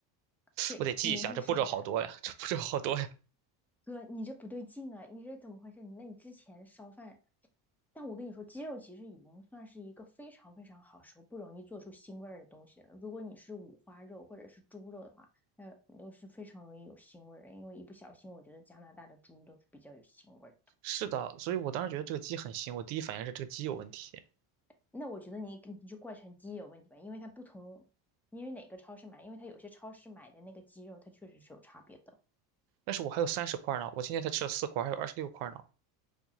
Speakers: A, in the centre; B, on the right.
A: 对，
B: 我得记一下，
A: 你明天试试看。
B: 这步骤好多呀，这步骤好多呀。
A: 哥，你这不对劲啊！你这怎么回事？你那你之前烧饭，但我跟你说，鸡肉其实已经算是一个非常非常好熟、不容易做出腥味儿的东西了。如果你是五花肉或者是猪肉的话，那都是非常容易有腥味儿的。因为一不小心，我觉得加拿大的猪都是比较有腥味儿的。
B: <laughs> 是的，所以我当时觉得这个鸡很腥，我第一反应是这个鸡有问题。
A: 那我觉得你你就怪成鸡有问题吧，因为它不同，因为哪个超市买，因为它有些超市买的那个鸡肉，它确实是有差别的。
B: 但是我还有三十块呢，我今天才吃了四块，还有二十六块呢，